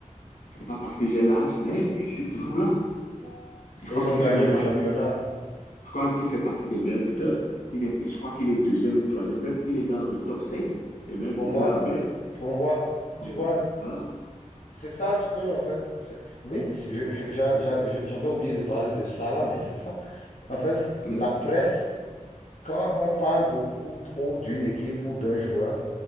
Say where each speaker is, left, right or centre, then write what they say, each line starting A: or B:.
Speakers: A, on the left; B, on the left.
A: c'est pas parce que j'ai l'âge, mais je suis toujours là. Et Je
B: Et
A: crois
B: ils
A: qu'il
B: ont gagné
A: fait même
B: le
A: partie.
B: championnat.
A: Je crois même qu'il fait partie des meilleurs buteurs. Il n'est- je crois qu'il est deuxième ou troisième. Bref, il est dans le top 5 des meilleurs
B: Pour
A: buteurs
B: moi,
A: anglais.
B: pour moi,
A: Donc
B: tu vois,
A: euh, voilà.
B: c'est ça ce que, en fait, c'est- oui, c'est- je- je- j'a- j'a- je- j'avais oublié de parler de ça là, mais c'est ça. En fait,
A: Oui,
B: la presse, quand on parle beaucoup trop d'une équipe ou d'un joueur,